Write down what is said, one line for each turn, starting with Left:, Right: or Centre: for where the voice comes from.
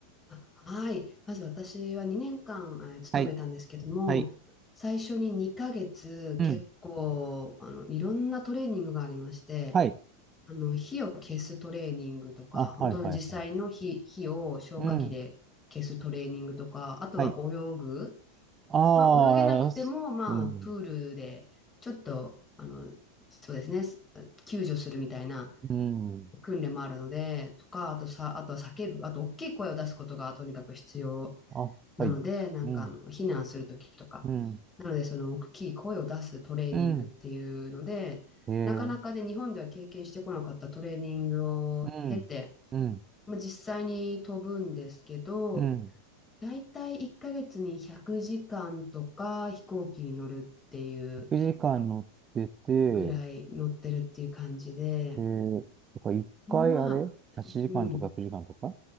Left: あ、はい。まず私は2年間、えー勤めたんですけども、
Right: はい。はい。
Left: 最初に2ヶ月結構、
Right: うん。
Left: あの、いろんなトレーニングがありまして、
Right: はい
Left: あの、火を消すトレーニングとか、
Right: あ、
Left: 本当に実際の火、
Right: はいはいはい。
Left: 火を消火器で消すトレーニングとか、
Right: うん。
Left: あとは泳ぐ。
Right: はい。ああ、
Left: まあ、泳げなくても、
Right: すうん。
Left: まあ、プールで、ちょっと、あの、そうですね、救助するみたいな、
Right: うん。うん
Left: 訓練もあるので、とか、あとさ、あとは叫ぶ、あと大きい声を出すことがとにかく必要
Right: あ、
Left: なので、
Right: はい。
Left: なんかあの避難するときとか、
Right: うん。うん。
Left: なのでその大きい声を出すトレーニングっていうので、
Right: うん。へえ
Left: なかなかね、日本では経験してこなかったトレーニングを経て、
Right: うん。うん。
Left: まあ、実際に飛ぶんですけど、
Right: うん。
Left: だいたい1ヶ月に100時間とか飛行機に乗るっていう
Right: 1時間乗ってて、
Left: ぐらい乗ってるっていう感じで、
Right: えー、そっか、1回あれ
Left: まあ、
Right: ?8 時間とか9時間とか
Left: うん、